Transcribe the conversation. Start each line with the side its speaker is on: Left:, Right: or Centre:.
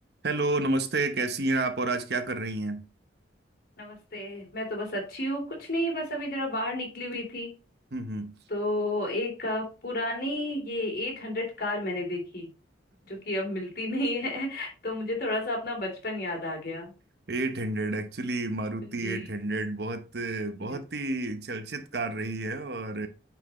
Right: Hello नमस्ते कैसी हैं आप और आज क्या कर रही हैं
Left: नमस्ते मैं तो बस अच्छी हूँ कुछ नहीं बस अभी जरा बाहर निकली हुई थी
Right: हम्म
Left: तो एक अ, पुरानी ये एट हंड्रेड कार मैंने देखी जो कि अब मिलती नहीं है <laughs> तो मुझे थोड़ा सा अपना बचपन याद आ गया
Right: <laughs> Eight hundred actually Maruti
Left: जी
Right: eight hundred बहुत बहुत
Left: जी
Right: ही चर्चित कार रही है और